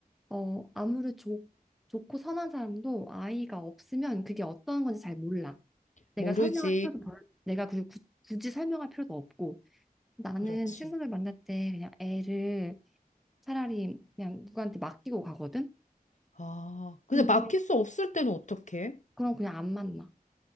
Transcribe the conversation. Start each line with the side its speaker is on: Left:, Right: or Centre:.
Centre: 어, 아무리 좋, 좋고 선한 사람도 아이가 없으면 그게 어떤 건지 잘 몰라. 내가
Left: 모르지.
Centre: 설명할 필요도 별로, 내가 그 구- 굳이 설명할 필요도 없고 나는
Left: 그렇지.
Centre: 친구들 만날 때 그냥 애를 차라리 그냥 누구한테 맡기고 가거든.
Left: 아, 근데
Centre: 근데
Left: 맡길 수 없을 때는 어떡해?
Centre: 그럼 그냥 안 만나.